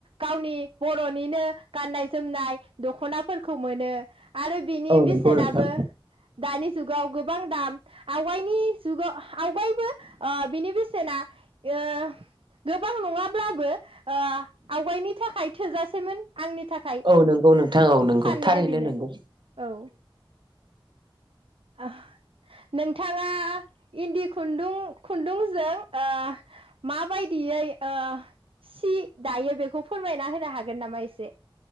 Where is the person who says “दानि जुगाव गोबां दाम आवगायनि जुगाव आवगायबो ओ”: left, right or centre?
Right